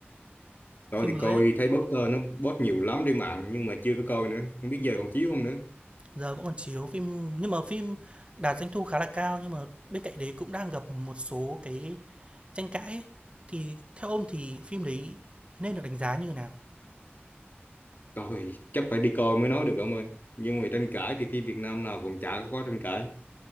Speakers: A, on the left; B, on the right.
A: Tôi
B: phim
A: thì
B: mới
A: coi
B: ấy,
A: thấy poster nó post nhiều lắm trên mạng nhưng mà chưa có coi nữa, không biết giờ còn chiếu không nữa.
B: giờ vẫn còn chiếu phim nhưng mà phim đạt doanh thu khá là cao nhưng mà bên cạnh đấy cũng đang gặp một số cái tranh cãi ấy. Thì theo ông thì phim đấy nên được đánh giá như thế nào?
A: Coi chắc phải đi coi mới nói được ông ơi. Nhưng mà tranh cãi thì phim Việt Nam nào cũng chả có tranh cãi.